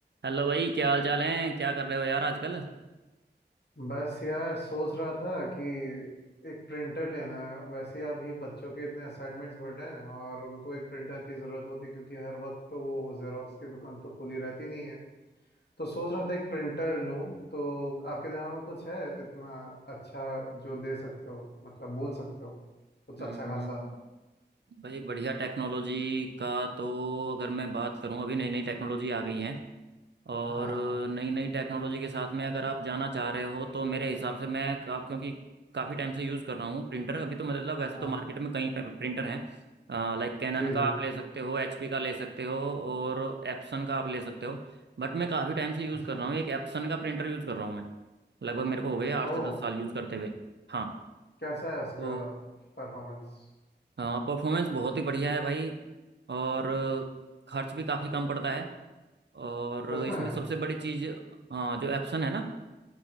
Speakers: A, on the right; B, on the left.
A: Hello भाई क्या हाल चाल है क्या कर रहे हो यार आजकल
B: बस यार सोच रहा था कि एक प्रिंटर लेना है वैसे अभी बच्चों के इतने असाइनमेंट्स बढ़ रहे हैं और उनको एक प्रिंटर की ज़रूरत होती है क्योंकि हर वक्त तो वो जेरोक्स की दुकान तो खुली रहती नहीं है तो सोच रहा था एक प्रिंटर लूं तो आपके दिमाग में कुछ है इतना अच्छा जो दे सकते हो मतलब बोल सकते हो कुछ
A: हम्म
B: अच्छा खासा
A: भाई बढ़िया टेक्नोलॉजी का तो अगर मैं बात करूं अभी नई नई टेक्नोलॉजी आ गई है और
B: हाँ हाँ
A: नई नई टेक्नोलॉजी के साथ में अगर आप जाना चाह रहे हो तो मेरे हिसाब से मैं का, क्योंकि काफ़ी टाइम से यूज़ कर रहा हूँ प्रिंटर अभी तो मतलब वैसे तो
B: हाँ
A: मार्केट में कई प्रिंटर हैं लाइक कैनन
B: जी
A: का
B: जी
A: आप ले सकते हो एचपी का ले सकते हो और एप्सन का आप ले सकते हो बट मैं काफ़ी टाइम से यूज़
B: अच्छा
A: कर रहा हूँ एक एप्सन का प्रिंटर यूज़ कर रहा हूँ मैं लगभग मेरे को हो गए आठ
B: ओह
A: से दस साल यूज़ करते हुए हाँ
B: कैसा है उसका
A: तो
B: परफॉर्मेंस
A: हाँ परफॉर्मेंस बहुत ही बढ़िया है भाई और अ, खर्च भी काफ़ी कम पड़ता है और
B: सच
A: इसमें
B: में
A: सबसे बड़ी चीज़ अ, जो एप्सन है ना